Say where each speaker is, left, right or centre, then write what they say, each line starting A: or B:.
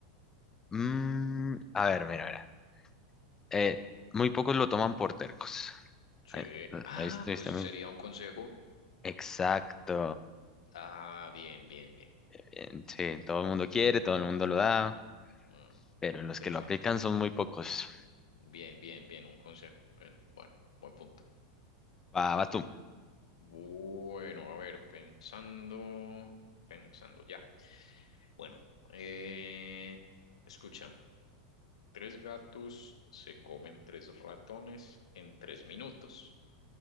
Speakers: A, on the left (about 20°); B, on the left (about 90°).
A: Mm, a ver, mira, mira. Eh, muy pocos lo toman por tercos.
B: Sí.
A: Ahí,
B: Ah,
A: ahí estoy,
B: pues
A: está
B: sería
A: muy-
B: un consejo.
A: Exacto.
B: Ah, bien, bien, bien.
A: Eh, Sí, todo el mundo quiere, todo el mundo lo da,
B: Mm,
A: pero los
B: interesante.
A: que lo aplican son muy pocos.
B: Bien, bien, bien, un consejo. Bien, bueno, buen punto.
A: Va, va tú.
B: Bueno, a ver, pensando, pensando, ya. Bueno, eh, escucha, tres gatos se comen tres ratones en tres minutos.